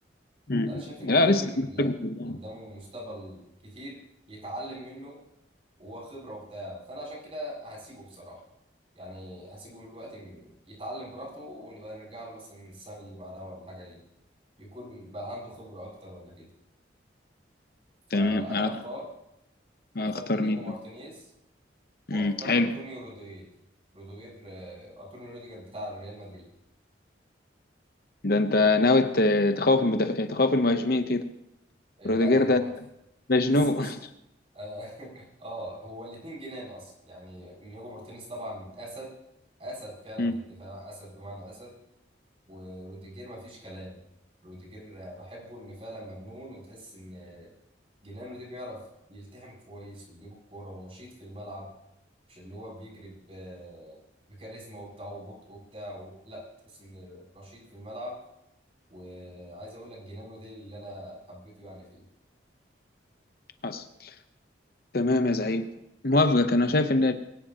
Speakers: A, on the left; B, on the right.
A: مم.
B: فانا شايف ان
A: لا
B: فعلا
A: لسه مستقبل
B: لا
A: يعني.
B: قدامه مستقبل كتير يتعلم منه وخبرة وبتاع فأنا عشان كده هسيبه بصراحة يعني هسيبه دلوقتي م- يتعلم براحته ونبقى نرجع له مثلا السنة اللي بعدها ولا حاجة إيه يكون بقى عنده خبرة أكتر ولا كده فأنا
A: تمام عارف
B: هختار هختار
A: اختار
B: إنياجو
A: مين
B: مارتينيز
A: بقى
B: وهختار
A: مم. حلو
B: أنطونيو روديغير روديغير آه، أنطونيو روديغير بتاع ريال مدريد
A: ده انت ناوي ت- تخوف المدافع تخوف المهاجمين كده
B: آه،
A: روديجير
B: لا
A: ده
B: آه، هو <laughs>
A: مجنون
B: تحس بص
A: <laughs>
B: اه <laughs> آه، هو الاتنين جنان اصلا يعني انياجو مارتينيز طبعا اسد اسد فعلا
A: مم.
B: في الدفاع اسد بمعنى اسد وروديجير ما فيش كلام روديجير بحبه ان فعلا مجنون وتحس ان جنانه دي بيعرف يلتحم كويس ويجيب الكوره ونشيط في الملعب مش اللي هو بيجري ب- بكاريزما وبتاع وبطء وبتاع لا تحس ان نشيط في الملعب وعايز اقول لك جنانه دي اللي انا حبيته يعني فيه
A: حصل تمام يا زعيم موافقك انا شايف ان